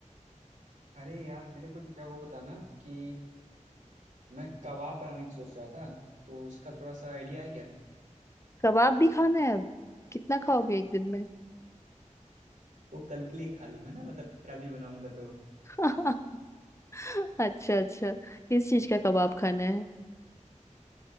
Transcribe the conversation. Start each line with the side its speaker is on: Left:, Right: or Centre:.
Right: अरे यार मेरे को जब वो बताना कि मैं कबाब बनाने की सोच रहा था तो उसका थोड़ा सा आइडिया है क्या
Left: कबाब भी खाना है अब कितना खाओगे एक दिन में
Right: वो कल के लिए खा लूंगा ना मतलब कल भी बनाऊंगा तो
Left: <laughs> अच्छा अच्छा किस चीज का कबाब खाना है